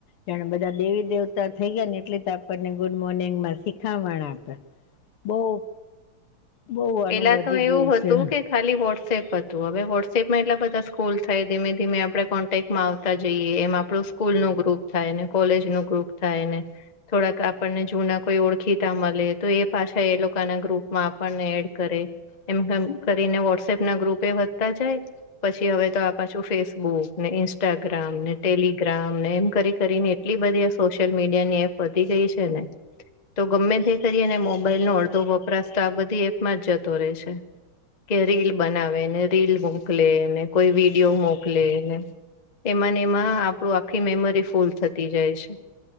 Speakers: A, on the left (about 80°); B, on the left (about 50°).
A: જાણે બધા દેવી દેવ તા થઈ ગયા ને એટલી તો આપણને ગુડ મોર્નિંગમાં શીખામણ આપે બહુ બહુ આનું
B: પેલા
A: વધી
B: તો એવું
A: ગયું
B: હતું
A: છે
B: કે ખાલી વોટ્સએપ હતું હવે વોટ્એપમાં એટલા બધા સ્ક્રોલ થાય ધીમે ધીમે આપણે કોન ટેકમાં આવતા જઈએ એમ આપડું સ્કૂલનું ગ્રુપ થાય ને, કોલેજનું ગ્રુપ થાય ને. થોડાક આપણને જૂના કોઈ ઓળખીતા મલે તો એ પાછા એ લોકોના ગ્રુપમાં આપણને એડ કરે એમ એમ કરીને વોટ્સએપના ગ્રુપે વધતા જાય. પછી હવે તો આ પાછું ફેસબુકને, ઇન્સ્ટાગ્રામને, ટેલી ગ્રામ ને એમ કરી કરીને એટલી બધી આ સોશિયલ મીડિયાની એપ વધી ગઈ છે ને. તો ગમે તે કરી અને મોબાઈલનો અડધો વપરાશ તો આ બધી એપમાં જ જતો રહે છે. કે રીલ બનાવેને, રીલ મોકલેને, કોઈ વિડીયો મોકલેને. એમાંને એમાં આપણું આખી મેમરી ફૂલ થતી જાય છે.